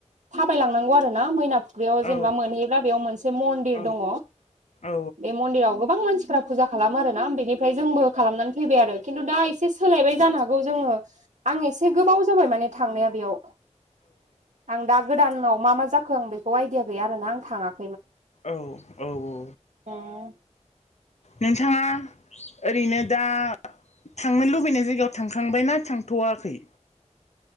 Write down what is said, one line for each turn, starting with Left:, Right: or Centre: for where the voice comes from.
Right: थाबायलांनांगौ आरो ना मैना फुख्रियाव जेनेबा
Left: औ
Right: मोनहैयोब्ला बेयाव मोनसे मन्दिर
Left: औ
Right: दङ
Left: औ
Right: बे मन्दिराव गोबां मानसि फोरा फुजा खालाम आरोना बेनिफ्राय जोंबो खालामनानै फैबाय आरो खिन्थु दा एसे सोलायबाय जानो हागौ जोङो आं एसे गोबाव जाबाय माने थांनाया बेयाव आं दा गोदानाव मा मा जा जाखो आं बेखौ आइडिया गैया आरोना आं थाङाख
Left: औ औ औ
Right: उम
Left: नोंथाङा ओरैनो दा थांनो लुबैनाय जायगायाव थांखांबायना थांथ'वाखै?